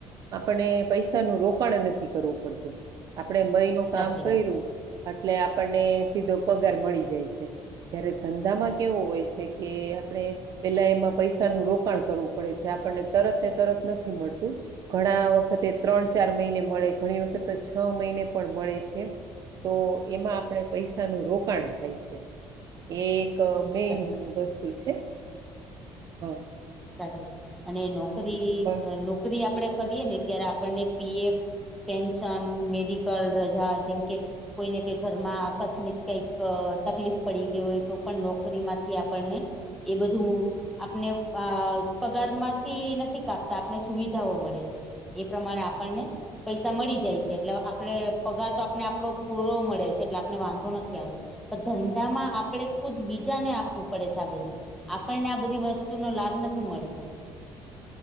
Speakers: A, on the right; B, in the centre.
A: આપણે પૈસાનું રોકાણ નથી કરવું પડતું આપણે મહિનો
B: સાચી
A: કામ કર્યું
B: વાત
A: એટલે આપણને સીધો પગાર મળી જાય છે. જયારે ધંધામાં કેવો હોય છે કે આપણે પેલા એમાં પૈસા નું રોક રોકાણ કરવું પડે છે આપણને તરત ને તરત નથી મળતું. ઘણા વખતે ત્રણ ચાર મહિને મળે ઘણી વખત તો છ મહિને પણ મળે છે. તો એમાં આપણે પૈસાનું રોકાણ થાય છે. એ એક મેન
B: સાચી
A: વસ્તુ છે. હા.
B: સાચું કીધું અને નોકરી
A: પણ
B: નોકરી આપણે કરીએ ને ત્યારે આપણને પીએફ પેન્શન, મેડિકલ રજા, જેમ કે કોઈને કઈ ઘરમાં અકસ્મિત કઈક તકલીફ પડી ગઈ હોય તો પણ નોકરી માંથી આપણને એ બધું આપને અ પગાર માંથી નથી કાપતા આપને સુવિધાઓ મળે છે. એ પ્રમાણે આપણને પૈસા મળી જાય છે એટલે આપણે પગાર તો આપને આપણો પૂરો મળે છે એટલે આપને વાંધો નથી આવતો પણ ધંધામાં આપણે ખુદ બીજાને આપવું પડે છે આ બધું આપણને આ બધી વસ્તુ વસ્તુ નો લાભ નથી મળતો.